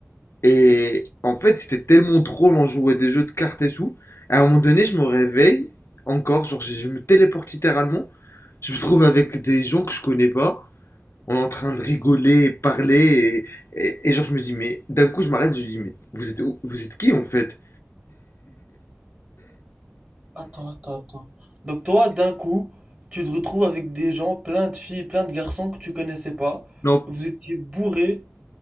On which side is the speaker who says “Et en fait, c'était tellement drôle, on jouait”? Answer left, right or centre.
Left